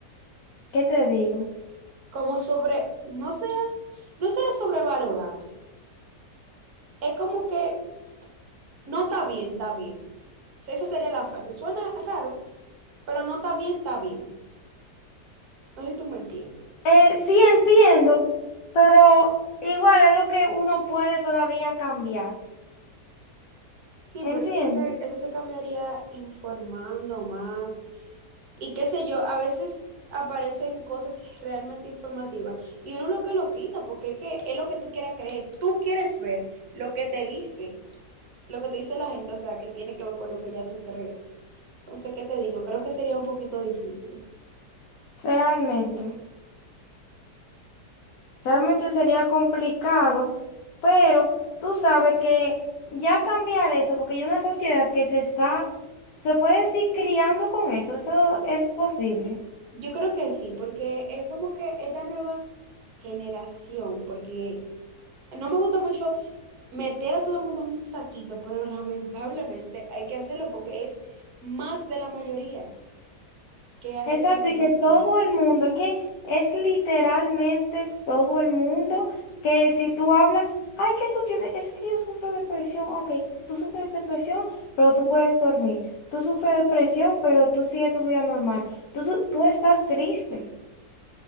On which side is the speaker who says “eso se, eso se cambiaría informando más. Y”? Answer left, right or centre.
Right